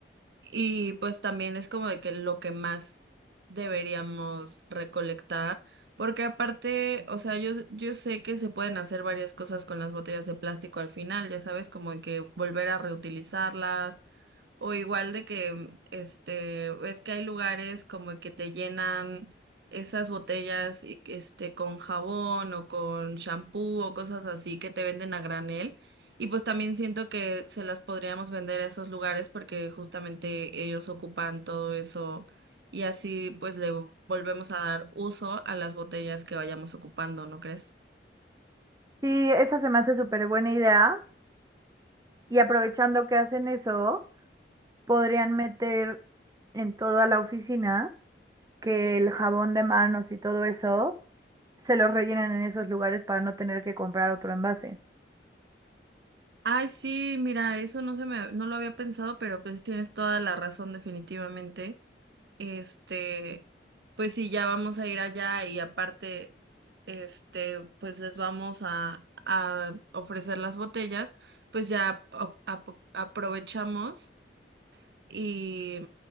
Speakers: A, on the right; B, on the right.
A: Y pues también es como de que lo que más deberíamos recolectar, porque aparte, o sea, yo, yo sé que se pueden hacer varias cosas con las botellas de plástico al final, ya sabes, como de que volver a reutilizarlas o igual de que, este, ves que hay lugares como que te llenan esas botellas y que, este, con jabón o con shampoo o cosas así que te venden a granel. Y pues también siento que se las podríamos vender a esos lugares porque justamente ellos ocupan todo eso y así pues le volvemos a dar uso a las botellas que vayamos ocupando, ¿no crees?
B: Sí, esa se me hace súper buena idea. Y aprovechando que hacen eso, podrían meter en toda la oficina que el jabón de manos y todo eso se los rellenan en esos lugares para no tener que comprar otro envase.
A: Ay, sí, mira, eso no se me, no lo había pensado, pero pues tienes toda la razón definitivamente. Este, pues sí, ya vamos a ir allá y aparte, este, pues les vamos a, a ofrecer las botellas, pues ya a- a- aprovechamos y,